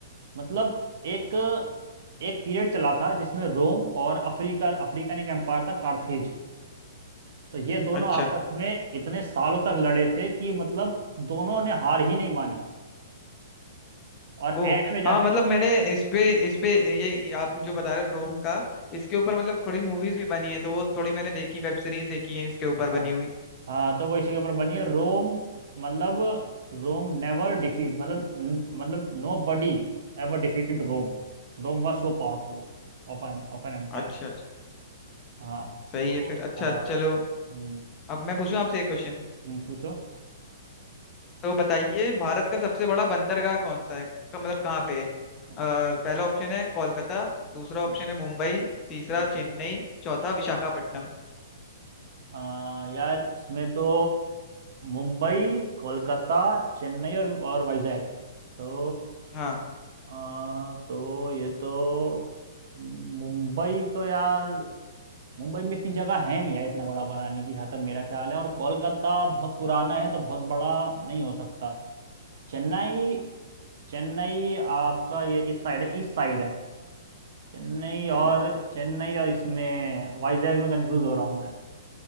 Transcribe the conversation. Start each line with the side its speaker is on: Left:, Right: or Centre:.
Right: मतलब एक एक पीरियड चला था जिसमें रोम और अफ्रीका अफ्रीकन एक एम्पायर था कार्थेज तो ये दोनों
Left: अच्छा
Right: आपस में इतने सालों तक लड़े थे कि मतलब दोनों ने हार ही नहीं मानी और
Left: ओ
Right: एंड में जाके
Left: हाँ मतलब मैंने इस पे इस पे ये आप जो बता रहे हो रोम का इसके ऊपर मतलब थोड़ी मूवीज भी बनी है तो वो थोड़ी मैंने देखी वेब सीरीज देखी है इसके ऊपर
Right: हाँ
Left: बनी हुई
Right: हाँ तो वो इसी के ऊपर बनी है रोम मतलब रोम नेवर डिफीट मतलब न- मतलब nobody ever defeated Rome Rome was so powerful of of an empire
Left: अच्छा अच्छा
Right: हाँ
Left: सही
Right: तो
Left: है फिर अच्छा
Right: हाँ
Left: चलो
Right: हम्म,
Left: अब मैं पूछूं आपसे एक क्वेश्चन
Right: हम्म, पूछो
Left: तो बताइए भारत का सबसे बड़ा बंदरगाह कौन सा है क- मतलब कहाँ पे है अ,
Right: अच्छा
Left: पहला ऑप्शन है कोलकाता दूसरा ऑप्शन
Right: हम्म,
Left: है मुंबई तीसरा
Right: हम्म।
Left: चेन्नई चौथा विशाखापट्टनम
Right: आ, यार इसमें तो मुंबई कोलकाता चेन्नई और और वाइजैक तो
Left: हाँ
Right: आ, तो ये तो मुंबई तो यार मुंबई में इतनी जगह है नहीं यार इतना बड़ा बनाने की जहाँ तक मेरा ख्याल है और कोलकाता बहुत पुराना है तो बहुत बड़ा नहीं हो सकता चेन्नई चेन्नई आपका ये इस साइड है ईस्ट साइड है चेन्नई
Left: हम्म
Right: और चेन्नई और इसमें वाइजैक में कंफ्यूज हो रहा हूँ मैं